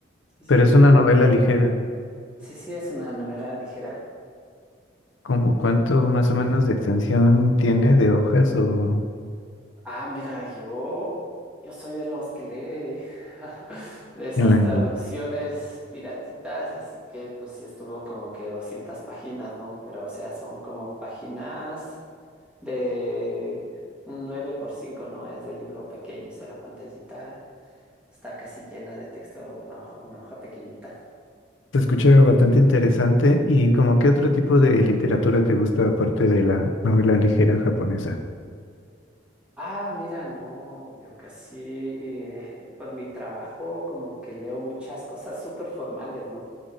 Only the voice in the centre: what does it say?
Sí, sí.
Sí, sí, es una novela ligera.
Ah, mira, yo, yo soy de los que lee <laughs> de esas
traducciones piratitas, así que pues sí estuvo como que 200 páginas, ¿no? Pero o sea, son como páginas. de un nueve por cinco ¿no? Es del libro pequeño, o sea, la pantallita está casi llena de texto, una hoja, una hoja pequeñita.
Ah, mira, no, yo casi eh, por mi trabajo como que leo muchas cosas súper formales, ¿no?